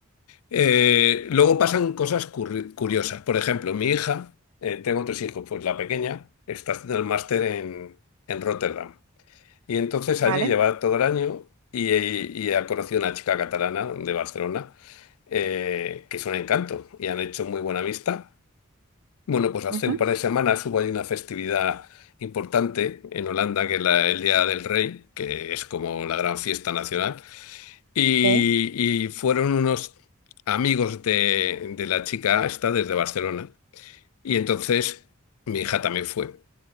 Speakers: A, on the left; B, on the right.
A: Eh, luego pasan cosas curri- curiosas. Por ejemplo, mi hija, eh, tengo tres hijos, pues la pequeña está haciendo el máster en, en Rotterdam. Y entonces
B: ¿vale?
A: allí lleva todo el año y, y ha conocido una chica catalana de Barcelona, eh, que es un encanto y han hecho muy buena amistad. Bueno, pues hace
B: Ujú.
A: un par de semanas hubo ahí una festividad importante en Holanda, que es la- el Día del Rey, que es como la gran fiesta nacional. Y,
B: Sí,
A: y fueron unos amigos de, de la chica esta desde Barcelona. Y entonces mi hija también fue.